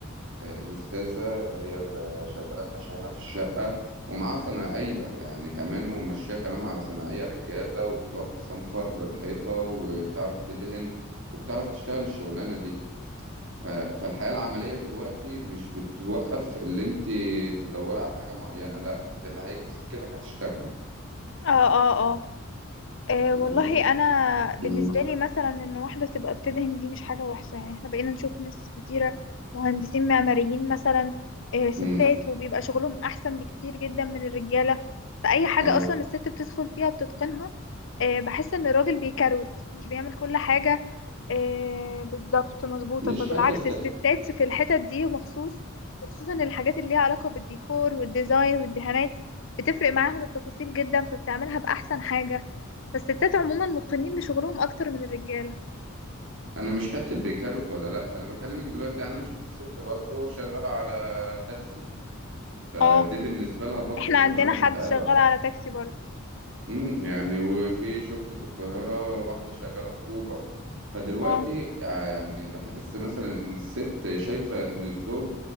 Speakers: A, on the right; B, on the left.
A: الاستاذه هي اللي شغاله نقاشه هنا في الشقه ومعاها صنايعيه يعني كمان وماشيه كلامها على صنايعيه رجاله وبتقف تصنفر الحيطه وبتعرف تدهن وبتعرف تشتغل الشغلانه دي ف... فالحياة العملية دلوقتي مش بتوقف اللي انت تدوري على حاجة معينة لا انت اللي هيجي في سكتك هتشتغل
B: اه اه اه أه
A: فاهماني؟
B: والله انا بالنسبه
A: امم
B: لي مثلا ان واحده تبقى بتدهن دي مش حاجه وحشه يعني احنا بقينا نشوف ناس كتيره مهندسين معماريين مثلا أه ستات
A: امم
B: وبيبقى شغلهم احسن بكتير جدا من الرجاله فاي حاجه
A: اه
B: اصلا الست بتدخل فيها بتتقنها أه بحس ان الراجل بيكروت مش بيعمل كل حاجه أه بالظبط مظبوطه
A: مش
B: فبالعكس
A: حته
B: الستات في الحتت دي مخصوص وخصوصا الحاجات اللي ليها علاقه بالديكور والديزاين والدهانات بتفرق معاهم التفاصيل جدا فبتعملها بأحسن حاجة فالستات عموما متقنين لشغلهم اكتر من الرجاله
A: انا مش حته بكروت ولا لا انا بكلمك دلوقتي يعني انا شفت ست برضه شغاله على تاكسي فدي
B: اه
A: بالنسبه لها برضه
B: احنا
A: شغلانه
B: عندنا
A: متعبه
B: حد شغال على تاكسي برضه
A: امم يعني وفي شفت في القاهره واحده شغاله في اوبر فدلوقتي
B: اه
A: آه، يعني بحس مثلا ان الست شايفه ان الزوج